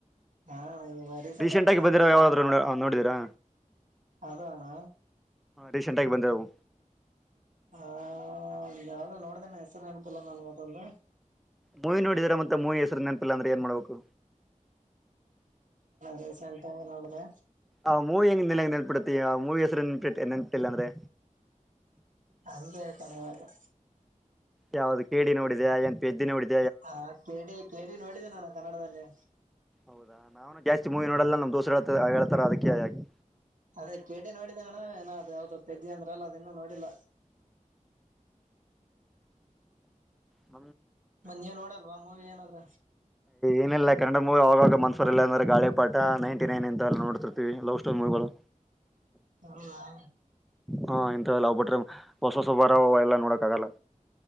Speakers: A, on the right (about 65°); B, in the centre.
A: ಹಾ ಇವಾಗ
B: ರೀಸೆಂಟ್
A: ಆಗಿ ಬಂದಿರ್ತಾವಲ್ಲ
B: ಆಗ ಬಂದಿರಾವ ಯಾವಾದದ್ರು ನೋಡಿದೀರಾ
A: ಅದು ಅಣ್ಣ
B: ರೀಸೆಂಟ್ ಆಗಿ ಬಂದರವು.
A: ಹ ಯಾವ್ದ ನೋಡ್ದೇಣ್ಣ ಹೆಸರು ನೇಪಲ್ಲ ನನ್ವತ್ತಂದು
B: ಮೂವಿ ನೋಡಿದ್ರ ಮತ್ತೆ ಮೂವಿ ಹೆಸರು ನೆನಪಿಲ್ಲ ಅಂದ್ರೆ ಏನ್ ಮಾಡ್ಬೇಕು
A: ರೀಸೆಂಟ್ ಹಾಗಿ ನೋಡಿದೆ
B: ಆ ಮೂವಿ ಹೆಂಗ್ ನಿೆಂಗಗೆ ನೆನಪುಡ್ತೀಯ ಆ ಮೂವಿ ಹೆಸರು ನೆನ್ಪಿಟ್ಟ ನೆನಪು ಇಲ್ಲಾಂದ್ರೆ ಅಂದ್ರೆ
A: ಹಾಗೆ ಕಣ ಹೇಳಣ್ಣ
B: ಯಾವ್ದ ಕೇಳಿ ನೋಡಿ ಏನ್ಿದ್ದಿನ ನೋಡತ
A: ಹಾ ಕೇಳಿ ಕೇಳಿ ನೋಡಿದ್ದೆ ನಾನು ಕನ್ನಡದಲ್ಲಿ
B: ಹೌದಾ ನಾವುನು ಜಾಸ್ತಿ ಮೂವಿ ನೋಡಲ್ಲ ನಮ್ಮ್ ದೋಸರು ಹೇಳ್ತ ಹೇಳ್ತಾರ ಅದಕ್ಕೆೇ ಆಗಿ
A: ಅದೇ ಕೇಟಿ ನೋಡಿದ್ದ ನಣ ಏನ ಅ ಯಾವ್ದ ತೆಜಿ ಅಂದ್ರ ಅಲ್ಲ ಅದ ಇನ್ನುೂ ನೋಡಿಲ್ಲ
B: ಹ
A: ಮನ್ನ ನೀವ್ ನೋಡಲ್ವಾ ಅಮ್ಮವಿ ಏನಾದ್ರ.
B: ಏನಿಲ್ಲಲ್ಲ ಕನ್ನಡ ಮೂವಿ ಆವಾಗ ಮನ್ಸವರ್ ಇಲ್ಲ ಅಂದ್ರೆ ಗಾಳಿ ಪಾಠ ನೈಂಟಿ ನೈನ್ ಅಂತ ಎಲ್ಲ ನೋಡ್ತಿರ್ತೀವಿ ಲವ್ ಸ್ಟೋರಿ ಮೂವಿಗಳು.
A: ಹ್ಮಾ.
B: ಹಾ ಇಥಲ್ಲ ಹೋಗಬಟ್ರೆ ಹೊಸ ಹೊಸವಬಾರ ಎಲ್ಲಾ ನೋಡಕ್ ಆಗಲ್ಲ.